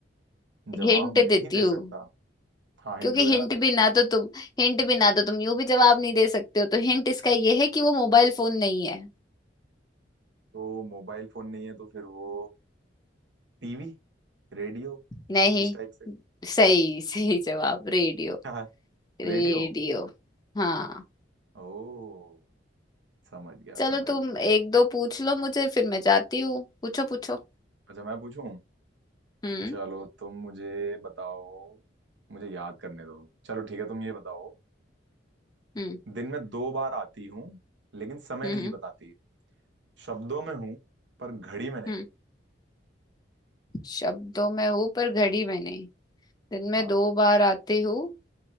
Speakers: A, on the right; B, on the left.
A: जवाब
B: हिंट
A: नहीं
B: देती
A: दे
B: हूँ
A: सकता हाँ हिंट
B: क्योंकि
A: दो यार
B: हिंट भी ना तो तुम हिंट भी ना तो तुम यूं भी जवाब नहीं दे सकते हो तो हिंट इसका ये है कि वो मोबाइल फोन नहीं है
A: तो मोबाइल फोन नहीं है तो फिर वो टीवी रेडियो
B: नहीं
A: इस टाइप से
B: सही <laughs> सही जवाब रेडियो
A: हाँ
B: रेडियो
A: रेडियो
B: हाँ
A: ओ समझ गया
B: चलो
A: समझ
B: तुम
A: गया
B: एक दो पूछ लो मुझे फिर मैं जाती हूँ पूछो पूछो
A: अच्छा मैं पूछूं
B: हम्म
A: चलो तुम मुझे बताओ मुझे याद करने दो चलो ठीक है तुम ये बताओ
B: हम्म
A: दिन में दो बार आती हूँ लेकिन समय
B: हम्म
A: नहीं
B: हम्म
A: बताती शब्दों में हूँ पर घड़ी में नहीं
B: हम्म। शब्दों में हूँ पर घड़ी में नहीं दिन में
A: हाँ
B: दो बार आती हूँ